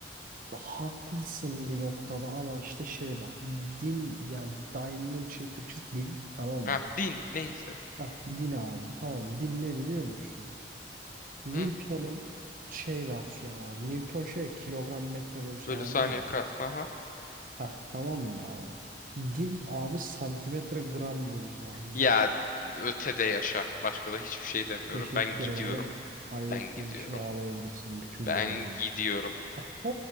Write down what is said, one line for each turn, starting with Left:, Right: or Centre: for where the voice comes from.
Right: haklısın bir noktada ama işte şey bak din yani dyne'ın şey Türkçesi din tamam mı?
Left: Heh, din neyse.
Right: Heh, din abi tamam din ne biliyor musun? Newton'un
Left: Hı,
Right: şey versiyonu abi. Newton şey kilogram metre bölü
Left: bölü
Right: saniye
Left: saniye
Right: ya.
Left: kar. Aha.
Right: Heh, tamam mı abi? Din abi santimetre gram bölü saniye.
Left: Ya ötede yaşa. Başka da hiçbir şey demiyorum.
Right: Teşekkür
Left: Ben gidiyorum.
Right: ederim. Kaybettiğin
Left: Ben gidiyorum.
Right: için ağlayabilirsin bütün
Left: Ben
Right: gece boyunca.
Left: gidiyorum.
Right: Aha.